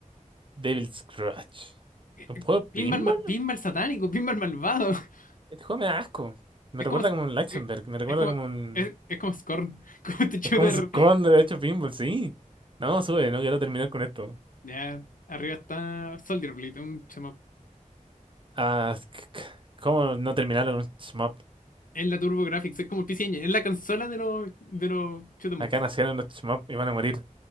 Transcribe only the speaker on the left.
eh,
Pinball, ma- Pinball satánico, Pinball malvado. <laughs>
Es
como. Es,
eh,
es como.
Es, es como Scorn. <laughs> Como este shooter.
Ya, arriba está Soldier Blade, un chamo.
Es la Turbo Graphics, es como el PC Engine, es la consola de los de los shoot 'em
ups.